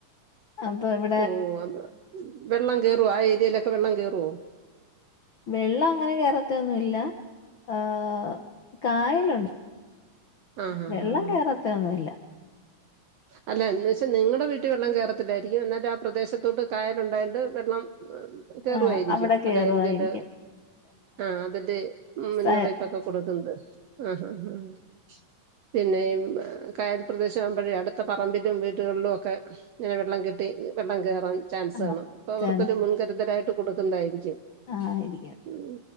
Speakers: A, on the left; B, on the right.
A: അപ്പൊ അവി
B: ഓഹ് അത് വെള്ളം കേറോ ആഹ് ഏരിയിലൊക്കെ വെള്ളം കേറോ
A: വെള്ള അങ്ങനെ കേറത്തൊന്നും ഇല്ല ആഹ് കായലുണ്ട്
B: ആഹ് ആഹ്
A: വെള്ളം
B: ആഹ്
A: കേറത്തൊന്നുല്ല
B: അല്ല എന്ന് വെച്ചാ നിങ്ങടെ വീട്ടിൽ വെള്ളം കേറത്തില്ലാരിക്കും എന്നാല് ആഹ് പ്രദേശത്തോട്ട് കായലുണ്ടായോണ്ട് വെള്ളം കേറുവായിരിക്കും
A: ആഹ് അവിടെ കേറുവായിരിക്കും
B: അതായിരിക്കും അത് ആഹ് അതന്നെ മുന്നറിയിപ്പൊക്കെ
A: സ
B: കൊടുക്കുന്നത് ആഹ് ആഹ് ആഹ് പിന്നെ കായൽ പ്രദേശ ആവുമ്പഴേ അടുത്ത പറമ്പിലും വീടുകളിലും ഒക്കെ ഇങ്ങനെ വെള്ളം കെട്ടി വെള്ളം കേറാൻ ചാൻസ്
A: ആഹ്
B: കാണും പ്പൊ അവർക്കൊരു
A: ചാൻസ്
B: മുൻ കരുതലായിട്ട് കൊടുക്കുന്നതായിരിക്കും
A: ആയിരിക്കും
B: ഉം